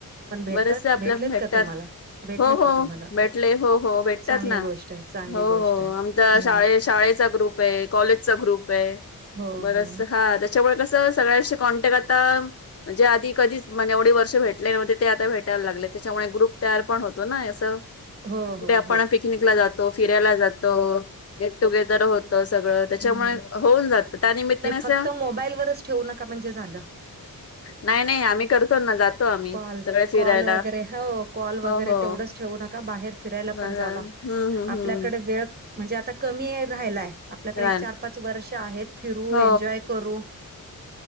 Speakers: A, on the right; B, on the left.
A: पण भेटतात
B: बरेसे आपल्या
A: भेटलेत
B: भेटतात
A: का तुम्हाला भेटले
B: हो, हो
A: का तुम्हाला
B: भेटले हो हो भेटतात
A: चांगली
B: ना.
A: गोष्ट आहे चांगली
B: हो
A: गोष्ट
B: हो
A: आहे.
B: आमचा
A: हम्म
B: शाळे शाळेचा ग्रुप आहे, कॉलेजचा ग्रुप आहे.
A: हो
B: बरस
A: हो.
B: हा तस त्यांच्यामुळे कसं सगळ्यांशी कॉन्टॅक्ट आता, जे आधी कधीच म्हण एवढे वर्ष भेटले नव्हते ते आता. भेटायला लागले त्याच्यामुळे, ग्रुप तयार पण होतो ना असं.
A: हो
B: कुठे
A: हो
B: आपण
A: हो
B: पिकनिकला जातो, फिरायला जातो, गेट टुगेदर होत तर सगळं त्याच्यामुळे
A: हम्म.
B: होऊन जात त्यानिमित्ताने
A: हे
B: असं
A: फक्त मोबाईलवरच ठेवू नका म्हणजे झालं
B: नाही नाही आम्ही करतो ना जातो आम्ही
A: कॉल कॉल
B: सगळे फिरायला
A: वगैरे हो कॉल
B: हो
A: वगैरे
B: हो.
A: तेवच ठेवून बाहे फिरायला
B: बरं.
A: पण जावा
B: हम्म हम्म
A: आपल्याकडे
B: हम्म
A: वेळ म्हणजे आता कमी वेळ राहिलाय आपल्याकडे
B: छान.
A: एक चार पाच वर्ष आहेत फिरू
B: हो
A: एन्जॉय करू